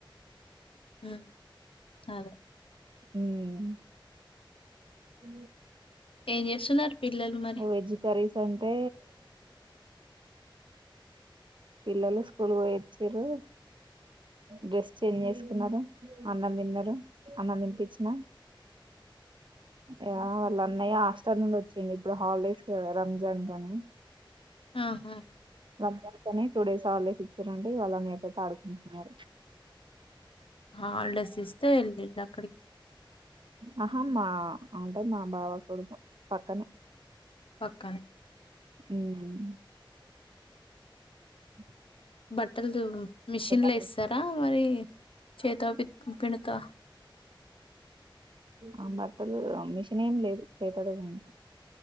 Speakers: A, on the left; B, on the right.
A: ఉమ్ అదే
B: ఉమ్ ఉ
A: ఏం చేస్తున్నారు పిల్లలు మరి
B: వెజ్ కర్రీస్ అంటే పిల్లలు స్కూల్ పోయి వచ్చిర్రు డ్రెస్ చేంజ్ చేసుకున్నారు అన్నం తిన్నారు అన్నం తినిపించిన ఇగ వాళ్ళన్నయ్య హాస్టల్ నుండి వచ్చిండు ఇప్పుడు హాలిడేస్ రంజాన్ కని
A: ఆహా
B: రంజాన్కని టూ డేస్ హాలిడేస్ ఇచ్చారంటే వాళ్ళ అన్నయ్య తోటి ఆడుకుంటున్నారు
A: హాలిడేస్ ఇస్తే వెళ్ళండక్కడికి
B: ఆహా మా అంటే మా బావ కొడుకు పక్కనే
A: పక్కనే
B: ఉమ్ మ్
A: బట్టలు మిషన్ లో
B: ఆడుకుంటున్నారు
A: ఎస్తరా మరి చేతో పి పిండుతా
B: ఆ బట్టలు మిషన్ ఏం లేదు చేతినే పిండుతా